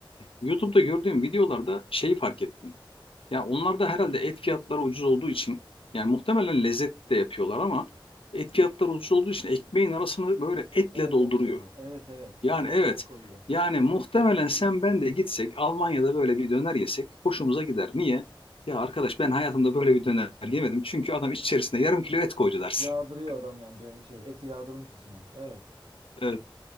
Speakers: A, on the left; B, on the right.
A: YouTube'da gördüğüm videolarda şeyi fark ettim. Ya onlar da herhalde et fiyatları ucuz olduğu için yani muhtemelen lezzetli de yapıyorlar ama et fiyatları ucuz olduğu için ekmeğin arasını böyle etle
B: Bol
A: dolduruyor.
B: bol koyuyor. Evet evet.
A: Yani
B: Bol
A: evet.
B: bol koyuyor.
A: Yani muhtemelen sen ben de gitsek Almanya'da böyle bir döner yesek hoşumuza gider. Niye? Ya arkadaş ben hayatımda böyle bir döner yemedim. Çünkü adam içerisine yarım kilo et koydu dersin.
B: Yağdırıyor
A: <laughs>
B: adam yani dö- şey eti yağdırmış içine. Evet.
A: Evet.